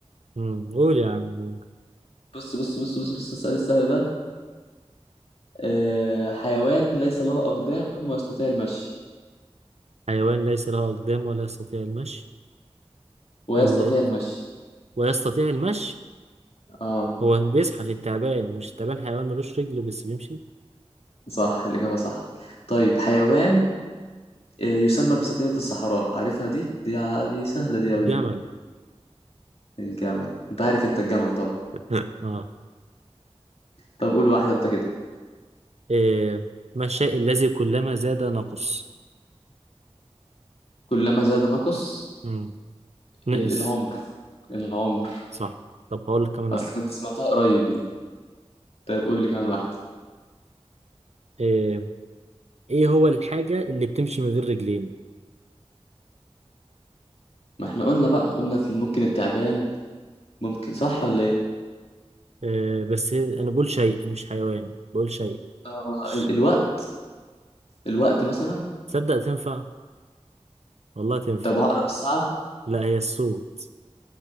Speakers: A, on the right; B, on the left.
A: امم قول يا عم
B: بص بص بص بص بص السؤال السهل ده آه حيوان ليس له اقدام ويستطيع المشي
A: حيوان ليس له اقدام ولا يستطيع المشي
B: ويستطيع
A: ال...
B: المشي
A: ويستطيع المشي
B: اه
A: هو بيزحف التعبان مش التعبان حيوان ملوش رجل بس بيمشي
B: صح الاجابه صح طيب حيوان آه يسمى بسفينه الصحراء عارفها دي دي ع- دي سهله دي قوي
A: جمل
B: دي الجمل انت عارف انت الجمل طبعا
A: <laughs> اه
B: طب قول واحده انت كده
A: إيه ما الشيء الذي كلما زاد نقص
B: كلما زاد نقص
A: مم. نقص
B: ال- العمر العمر
A: صح طب هقول لك كمان
B: اصل
A: واحدة
B: كنت سمعتها قريب دي طيب قول لي كمان واحده
A: إيه ايه هو الحاجة اللي بتمشي من غير رجلين
B: ما احنا قلنا بقى قلنا ممكن التعبان ممكن صح ولا ايه
A: إيه بس هي- انا بقول شيء مش حيوان بقول شيء
B: آه
A: ش-
B: ال- الوقت الوقت مثلا
A: تصدق تنفع والله تنفع
B: طب هقرب الساعة
A: لا هي الصوت